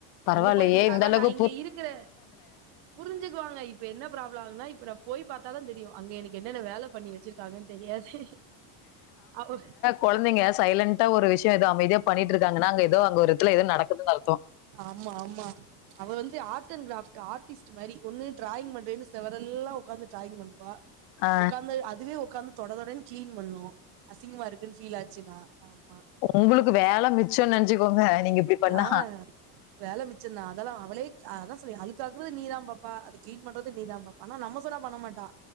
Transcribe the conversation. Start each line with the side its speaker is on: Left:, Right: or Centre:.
Left: பரவால்லியே
Right: அங்க போய்
Left: இந்தளவு
Right: இங்க இருக்கற புரிஞ்சிக்குவாங்க இப்ப என் ப்ராப்ளம் ஆகுனா இப்ப நா போய் பாத்தாதா தெரியு அங்க எனக்கு என்னென்ன வேல பண்ணி வச்சிருக்காங்கன் தெரியாது அவோ
Left: கொழந்தைங்க சைலண்டா ஒரு விஷ்யோ ஏதோ அமைதியா பண்ணிட்டு இருக்காங்கன்னா அங்க ஏதோ அங்க ஒரு இத்துல ஏதோ நடக்குதுன் அர்த்தோ
Right: ஆமா ஆமா அவ வந்து ஆர்ட் அண்ட் கிராஃப்ட் ஆர்டிஸ்ட் மாரி ஒன்னு டிராயிங் பன்றேன்னு செவரல்லா உக்காந்து டிராயிங் பண்ணுவா
Left: ஆ,
Right: உட்காந்து அதுவே உட்காந்து தொட தொடன் கிளீன் பண்ணு அசிங்கமா இருக்குன்னு ஃபீல் ஆச்சுன்னா ஆமா
Left: உங்குளுக்கு வேல மிச்சன் நெனச்சுக்கோங்க நீங்க இப்டி பண்ணா
Right: ஆ வேல மிச்சந்தா அதெல்லா அவளே அதா சொல்லே அழுக் ஆக்குறது நீ தா பாப்பா அத கிளீன் பண்றது நீதா பாப்பா ஆனா நம்ம சொன்னா பண்ண மாட்டா